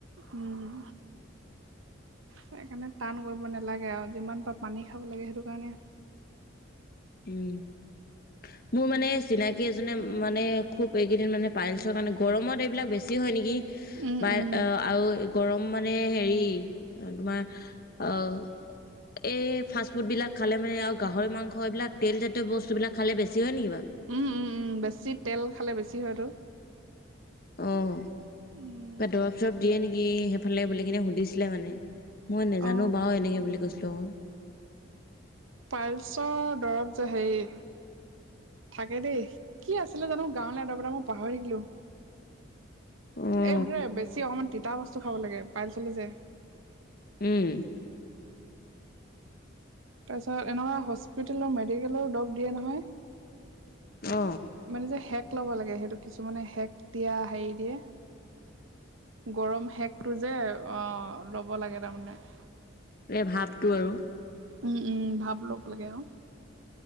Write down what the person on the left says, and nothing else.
উম মোৰ মানে চিনাকি কেইজনে মানে খুব এইকেইদিন মানে পাইলছৰ কাৰণে গৰমত এইবিলাক বেছি হয় নেকি৷
বা
অ আৰু গৰম মানে হেৰি তোমাৰ আহ এই ফাষ্ট ফুডবিলাক খালে মানে আৰু গাহৰি মাংস এইবিলাক তেলজাতীয় বস্তুবিলাক খালে বেছি হয় নেকি বাৰু?
অহ কিবা
দৰব চৰব দিয়ে নেকি সেইফালে কিনে সুধিছিলে মানে৷ মই নেজানো
বাউ এনেকে বুলি কৈছিলোঁ অ৷
অ
উম
অ
এই ভাপটো আৰু৷